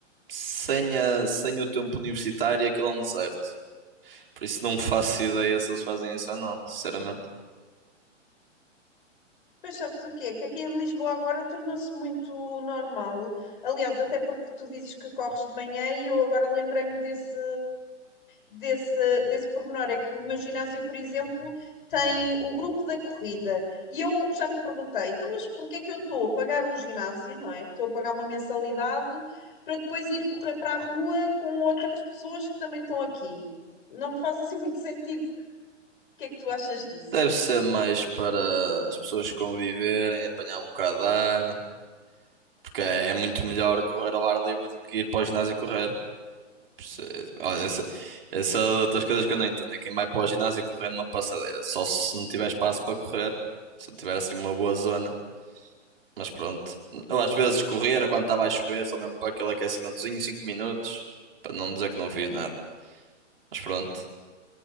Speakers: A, on the right; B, on the left.
A: sem a, sem o tempo universitário, aquilo é um deserto. Por isso não faço ideia se eles fazem isso ou não, sinceramente.
B: Pois sabes o quê? Que aqui em Lisboa agora tornou-se muito normal. Aliás, até porque tu dizes que corres de manhã e eu agora lembrei-me desse, desse, desse pormenor. É que o meu ginásio, por exemplo, tem o grupo da corrida. E eu já me perguntei, então, mas porquê é que eu estou a pagar um ginásio, não é? Estou a pagar uma mensalidade para depois ir correr para a rua com outras pessoas que também estão aqui. Não me faz assim muito sentido. O que é que tu achas disso?
A: Deve ser mais para as pessoas conviverem, apanhar um bocado de ar, porque é, é muito melhor correr ao ar livre do que ir para o ginásio correr. Perce- Olha, essa, essa é outras coisas que eu não entendo. É quem vai para o ginásio correr numa passadeira. Só se não tiver espaço para correr. Se não tiver assim uma boa zona. Mas pronto. Eu às vezes corria quando estava a chover, só mesmo para aquele aquecimentozinho, 5 minutos. Para não dizer que não fiz nada. Mas pronto.